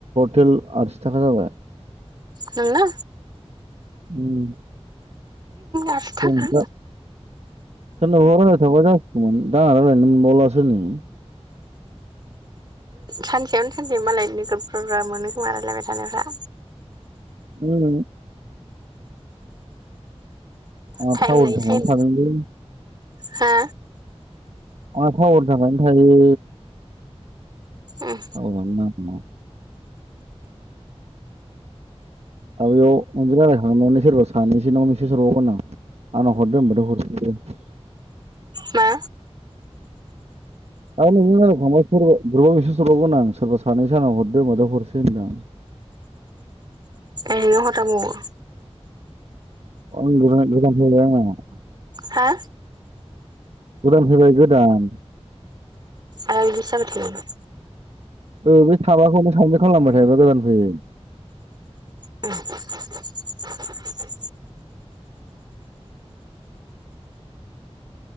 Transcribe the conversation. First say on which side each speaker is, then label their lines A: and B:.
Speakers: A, on the right; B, on the right.
A: टेल आसि थाखा जाबाय
B: नोंना
A: उम
B: आसिथाखा
A: जों दा सोरनावबा रायज्लायथाबा जसिगमोन दा रायज्लायनो मोनबावलासो नै।
B: सानसेयावनो सानसे मालाय नोगद बुरजा बुरजा मोनो खोमा रायलायबाय थानायफ्रा।
A: उम आं
B: टाइम
A: थावर
B: लायै
A: थांनानै
B: टाइम
A: थादोंलै।
B: हा
A: आंहा थावरनि थाखायनो‌ थायो।
B: उम
A: थावारानो नाङा। दा बेयाव नोंजों रायलायखांनानै सोरबा सानैसो नाव मेसेज हरबावगोन आं। आंनाव हरदो होनोमबथाय' हरफिनखायो।
B: मा
A: दा नोंजों रायलायखांबा सोरबा ग्रुबाव मिसेस हरबावगोन आं सोरबा सानैसो आंनाव हरदो होमबाथाय हरसै होनदां।
B: ए नों हरजाबावो?
A: <unintelligible>
B: हा
A: गोदान फैबाय गोदान
B: आरो इदिसो जागासिनो
A: ए बे साबाखौनो साबमिट खालामबाय थायोबा गोदान फैयो।
B: <unintelligible>